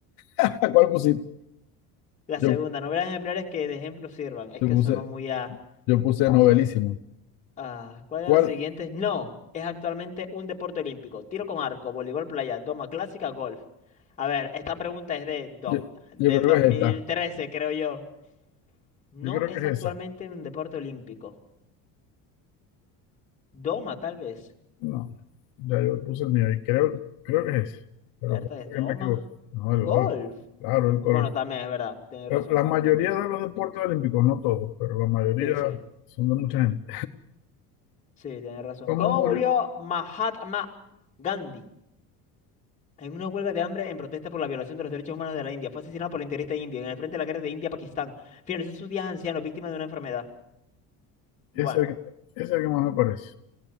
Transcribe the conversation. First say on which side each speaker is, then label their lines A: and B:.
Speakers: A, on the left; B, on the left.
A: <laughs> ¿cuál pusiste?
B: La
A: Yo,
B: segunda. Novelas ejemplares que de ejemplo sirvan. Es
A: yo
B: que
A: puse,
B: sonó muy a...
A: yo puse novelísimo.
B: so- Ah, ¿cuál
A: ¿Cuál?
B: de los siguientes? No, es actualmente un deporte olímpico. Tiro con arco, voleibol playa, doma clásica, golf. A ver, esta pregunta es de dos-
A: Yo,
B: del
A: yo creo
B: 2013,
A: que es esta.
B: creo yo. No
A: Yo creo
B: es
A: que
B: actualmente
A: es esa.
B: un deporte olímpico. Doma, tal vez.
A: No, ya yo puse el mío y creo, creo que es ese. Pero
B: ¿Verdad?
A: puede
B: ¿Es
A: ser
B: doma?
A: que me equivoque. No, el
B: Golf.
A: gol. Claro, el gol.
B: Bueno, también es verdad. Tienes
A: La,
B: razón,
A: la
B: golf
A: mayoría
B: también.
A: de los deportes olímpicos, no todos, pero la mayoría
B: Sí, sí.
A: son de mucha gente.
B: Sí, tienes razón.
A: <laughs> ¿Cómo
B: ¿Cómo
A: murió?
B: murió Mahatma Gandhi? En una huelga de hambre en protesta por la violación de los derechos humanos de la India, fue asesinado por la integrista indio en el frente de la guerra de India-Pakistán. Finalizó sus días anciano, víctima de una enfermedad. Bueno,
A: Ese es el que- ese es el que más me parece.